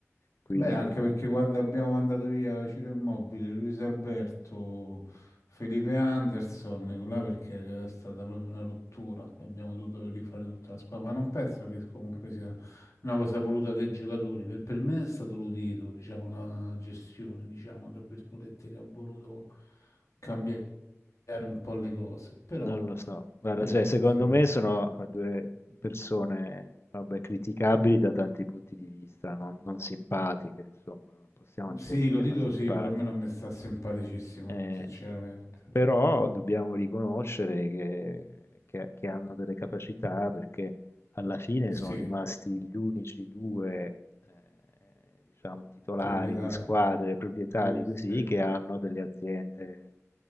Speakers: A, on the left; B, on the left.
A: quei
B: Beh,
A: due.
B: anche perché quando abbiamo mandato via Ciro Immobile, Luis Alberto, Felipe Anderson, là perché c'era stata proprio una rottura e abbiamo dovuto rifare tutta la squadra. Ma non penso che comunque sia una cosa voluta dai giocatori. Per, per me è stato l'udito, diciamo, una gestione, diciamo, tra virgolette, che ha voluto cambiare un po' le cose. Però,
A: Non lo so, guarda,
B: per
A: cioè,
B: dirti,
A: secondo me sono due persone, vabbè, criticabili da tanti punti di vista, non, non simpatiche, insomma, non possiamo dire
B: Sì,
A: che
B: lo
A: siano
B: dito
A: simpatici.
B: sì, pure a me non mi sta simpaticissimo,
A: Eh,
B: sinceramente.
A: però dobbiamo riconoscere che, che- che hanno delle capacità perché alla fine
B: Sì,
A: sono rimasti gli unici due, eh, diciamo, titolari
B: proprietario.
A: di squadre, proprietari
B: Sì,
A: così,
B: sì.
A: che hanno delle aziende